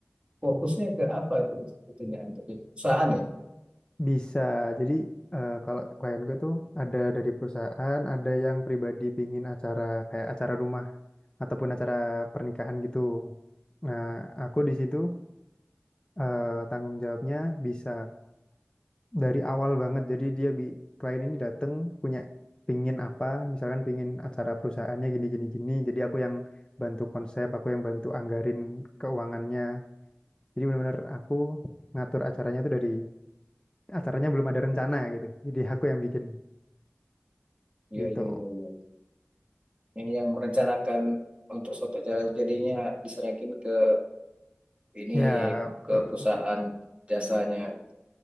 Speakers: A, on the right; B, on the left.
A: fokusnya ke apa itu sebetulnya untuk di perusahaan ya?
B: Bisa. Jadi eh, kalau klienku itu ada dari perusahaan, ada yang pribadi pingin acara kayak acara rumah ataupun acara pernikahan gitu. Nah, aku di situ eh, tanggung jawabnya bisa dari awal banget. Jadi dia bi klien ini datang punya pingin apa, misalkan pingin acara perusahaannya gini gini gini. Jadi aku yang bantu konsep, aku yang bantu anggarin keuangannya. Jadi benar-benar aku ngatur acaranya tuh dari acaranya belum ada rencana gitu. Jadi aku yang bikin.
A: Iya,
B: gitu.
A: iya, iya, iya. Yang yang merencanakan untuk suatu acara jadinya diserahkan ke ini
B: Ya,
A: ke
B: betul.
A: perusahaan jasanya.